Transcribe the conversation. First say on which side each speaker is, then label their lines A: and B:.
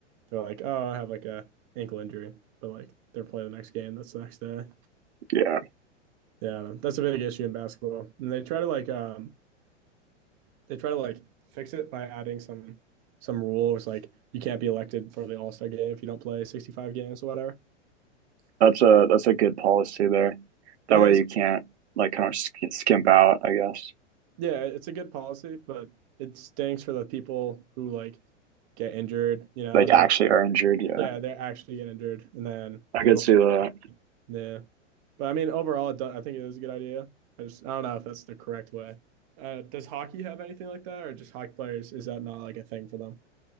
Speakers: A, on the right; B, on the right.
A: they're like, oh, I have like a ankle injury, but like they're playing the next game. That's the next day.
B: Yeah.
A: Yeah, that's a big issue in basketball, and they try to like um they try to like fix it by adding some some rule. where It's like you can't be elected for the All Star game if you don't play 65 games or whatever.
B: That's a that's a good policy there. That
A: It is,
B: way you can't like kind of sk- skimp out, I guess.
A: yeah, it's a good policy, but it stinks for the people who like get injured, you know,
B: Like
A: and
B: actually
A: they have,
B: are injured. Yeah,
A: yeah, they're actually get injured and then
B: I
A: they
B: could
A: won't,
B: see that.
A: yeah. But I mean, overall, it do, I think it is a good idea. I just, I don't know if that's the correct way. Uh, does hockey have anything like that or just hockey players? Is that not like a thing for them?